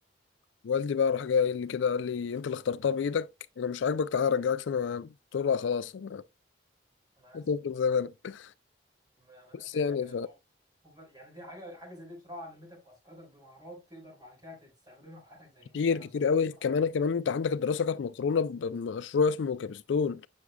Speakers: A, on the left (about 80°); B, on the right (about 20°).
A: والدي بقى راح جاي قايل لي كده قال لي انت اللي اخترتها بايدك لو مش عاجبك تعالى ارجعك سنه قلت له لا خلاص أنا
B: انا
A: هتفضل
B: اسف
A: زي ما انا
B: ما ما انا
A: بس
B: رجعت
A: يعني
B: في كلامي اهو وب- يعني دي حاجه حاجه زي دي بصراحه علمتك واسقطك بمهارات تقدر بعد كده تستخدمها في حياتك زي
A: فكتير
B: ان انت لو
A: كتير
B: سافرت
A: قوي
B: بره
A: كمان كمان انت عندك الدراسه كانت مقرونه بمشروع اسمه كابستون